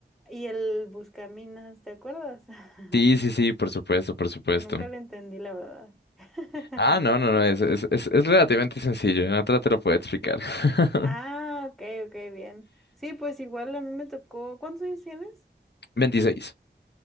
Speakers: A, in the centre; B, on the left.
A: y el Buscaminas, ¿te acuerdas? <laughs>
B: Sí, sí, sí, por supuesto, por supuesto.
A: Que nunca le entendí, la verdad. <laughs>
B: Ah, no, no, no, es, es, es, es relativamente sencillo. En otra te lo puedo explicar. <laughs>
A: Ah, ok, ok, bien. Sí, pues igual a mí me tocó. ¿Cuántos años tienes?
B: veintiséis